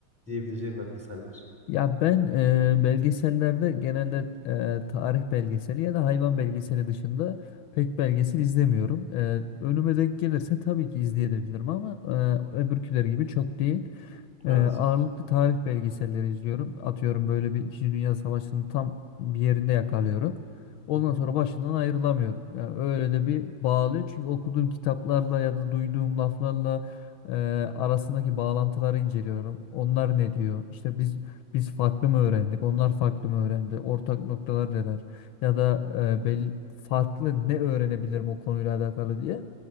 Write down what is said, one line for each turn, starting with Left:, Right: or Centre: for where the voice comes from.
Centre: diyebileceğim belgeseller.
Left: Ya ben e, belgesellerde genelde e, tarih belgeseli ya da hayvan belgeseli dışında pek belgesel izlemiyorum. E, önüme denk gelirse tabii ki izleyebilirim ama e, öbürküleri gibi çok değil.
Centre: Evet.
Left: E, ağırlıklı tarih belgeselleri izliyorum. Atıyorum böyle bir İkinci Dünya Savaşı'nın tam bir yerinde yakalıyorum. Ondan
Centre: Hı hı.
Left: sonra başından ayrılamıyorum. Yani öyle de bir bağlıyor. Çünkü okuduğum kitaplarla ya da duyduğum laflarla e, arasındaki bağlantıları inceliyorum. Onlar ne diyor? İşte biz biz farklı mı öğrendik? Onlar farklı mı öğrendi? Ortak noktalar neler? Ya da e, belli farklı ne öğrenebilirim o konuyla alakalı diye.